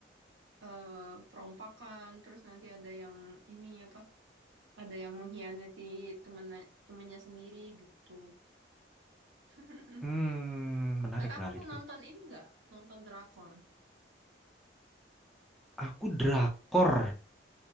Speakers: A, on the right; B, in the centre.
A: eh, perompakan, terus nanti ada yang ini apa ada yang mengkhianati temennya temennya sendiri gitu. <laughs>
B: Hmm, menarik
A: Kakak
B: menarik
A: pernah nonton
B: tuh.
A: ini nggak? Nonton drakor?
B: Aku drakor,